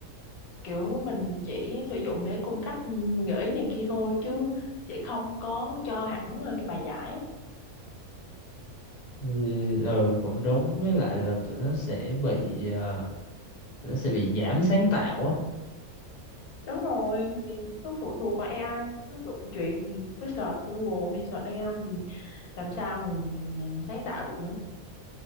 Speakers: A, on the left; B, on the left.
A: kiểu mình chỉ sử dụng để cung cấp ừ, gợi ý này kia thôi chứ sẽ không có cho hẳn là cái bài giải
B: ừ, ừ, cũng đúng với lại là tụi nó sẽ bị ờ, tụi nó sẽ bị giảm sáng tạo á
A: đúng rồi thì cứ phụ thuộc vào AI cứ đụng chuyện thì cứ search Google hay search AI thì làm sao mà mình sáng tạo được nữa